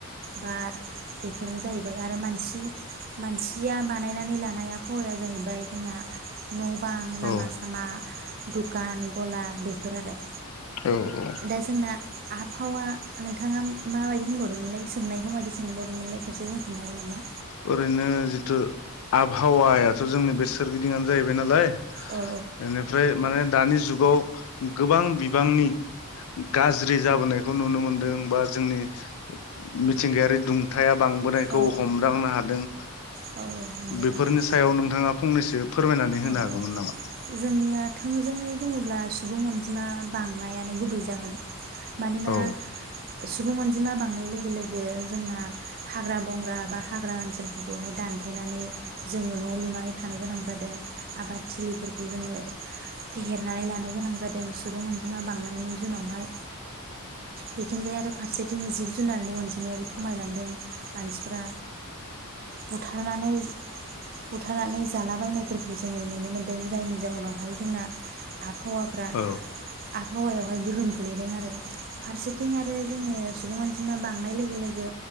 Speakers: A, on the right (about 40°); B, on the left (about 65°).
A: बार बेफोरनो जाहैबाय आरो मानसि-मानसिया बा नायनानै लानाय आबहावाया जाहैबाय जोंना न बां लामा
B: औ
A: सामा दुखान गला बेफोर आरो।
B: औ औ
A: दा जोंना आबहावा नोंथाङा माबायदि होनबावदोंमोनलाय? सोंनायखौ मायदि सोंबावदोंमोनलाय खेबसे बुंफिुंनो हागोन नामा।
B: ओरैनो जिथु आबहावायाथ जोंनि बे सोरगिदिंनो जाहैबाय नालाय
A: औ अ औ
B: एनेफ्राय माने दानि जुगाव गोबां बिबांनि गाज्रि जाबोनायखौ नुनो मोनदों बा जोंनि मिथिंगायारि दंथा नाया बांबोनायखौ
A: औ
B: हम हादोंबेफोरनि
A: औ नंगौ नोंथां
B: सायाव नोंथाङा मा फंनैसो फोरमायनानै होनो
A: औ औ
B: हागौमोन नामा?
A: जोंनिया थोंजोङै बुङोब्ला सुबुं अनजिमा बांनायानो गुबै जागोन। मानोना
B: औ
A: सुबुं अनजिमा बांनाय लोगो लोगो बे जोंना हाग्रा बंग्रा बा हाग्रा ओनसोलफोरखौहाय दानफायनानै, जोङो न लुनानै थानो गोनां जादों। आबाद थिलिफोरखौ जोङो फेहेरनानै लानो गोनां जादों। सुबुं अनजिमा बांनायनि जुनावहाय। बिथिंजाय आरो फारसेथिं जिब जुनारनि अनजिमायाबो खमायलांदों मानसिफ्रा। बुथारनानै। बुथारनानै जालाबायनायफोरखौ जोङो नुनो मोन्दों। जायनि जाउनावहाय जोंना आबहावाफ्रा।
B: औ
A: आबहावायावहाय गोहोम खोलैदों आरो। फारसेथिं आरो जोङो सुबुं अनजिमा बांनाय लोगो लोगो